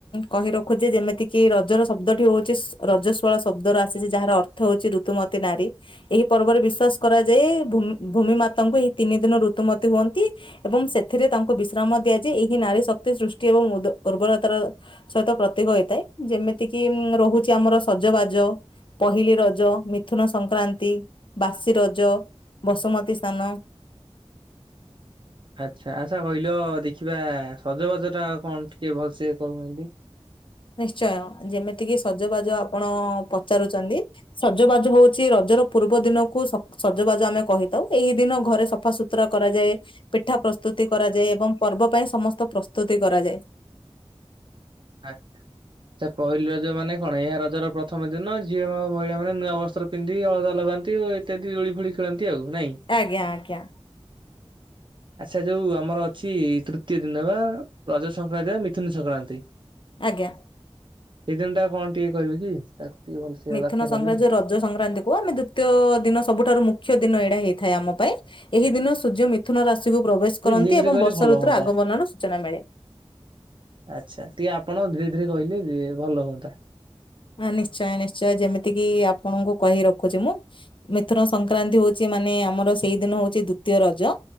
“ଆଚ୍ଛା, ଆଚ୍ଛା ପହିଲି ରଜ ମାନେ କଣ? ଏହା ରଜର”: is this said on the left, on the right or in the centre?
Right